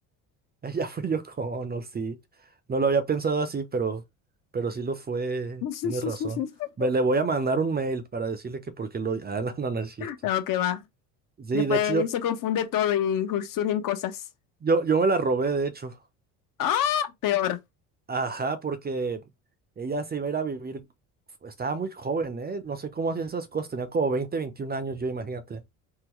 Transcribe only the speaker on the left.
<laughs>
No, que va.
Después
se confunde todo y ju- surgen cosas.
¡Ah! Peor.